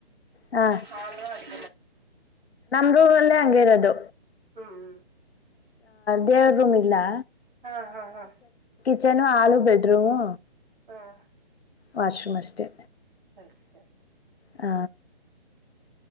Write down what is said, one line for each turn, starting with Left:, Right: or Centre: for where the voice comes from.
Left: ಹಾ
Right: ಹಲ ಅಡ್
Left: ಹಲ್ಲೇ ಹಂಗಿರೋದು.
Right: ಹ್ಮ್್ಮ.
Left: ದೇವ ರೊಮೀಲಾ.
Right: ಹಾ ಹಾ ಹಾ
Left: ಕಿಚನು ಆಲೂ ಬೆಡ್್ರೂಮ
Right: ಹಾಂ
Left: ವಾಷ್್ರೂಮ್ ಅಷ್ಟೇ
Right: ಸರಿ ಸರಿ
Left: ಹ